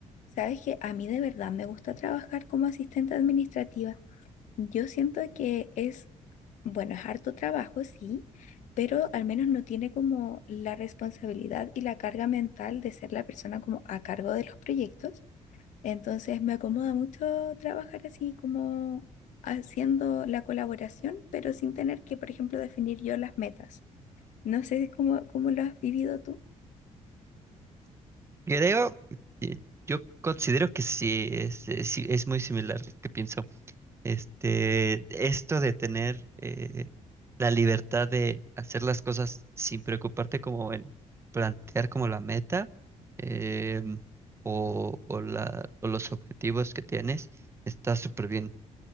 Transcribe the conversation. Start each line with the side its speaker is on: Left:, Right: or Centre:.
Left: Sabes que a mí de verdad me gusta trabajar como asistente administrativa. Yo siento que es, bueno, es harto trabajo, sí, pero al menos no tiene como la responsabilidad y la carga mental de ser la persona como a cargo de los proyectos. Entonces me acomoda mucho trabajar así como haciendo la colaboración, pero sin tener que, por ejemplo, definir yo las metas. No sé cómo, cómo lo has vivido tú.
Right: Creo, eh, yo considero que sí, es, es, sí, es muy similar lo que pienso. Este, esto de tener eh, la libertad de hacer las cosas sin preocuparte como en plantear como la meta em, o, o la, o los objetivos que tienes, está súper bien.